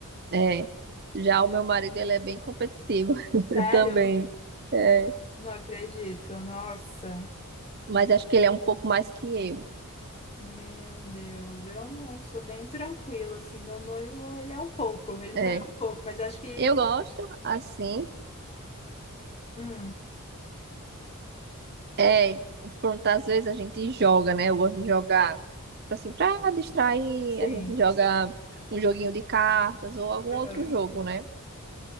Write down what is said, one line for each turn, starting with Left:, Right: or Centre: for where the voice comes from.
Right: É. Já o meu marido, ele é bem competitivo <laughs>
Left: Sério?
Right: também. É.
Left: Não acredito. Nossa,
Right: Mas acho que ele é um pouco mais que eu.
Left: meu Deus. Eu não sou bem tranquila assim. Meu noivo, ele é um pouco, ele
Right: É.
Left: também é um pouco, mas eu acho que,
Right: Eu gosto, assim,
Left: hum,
Right: é, pronto, às vezes a gente joga, né? Eu gosto de jogar, tipo assim, pra distrair,
Left: sim.
Right: a gente joga um joguinho de cartas ou algum outro
Left: Aham.
Right: jogo, né?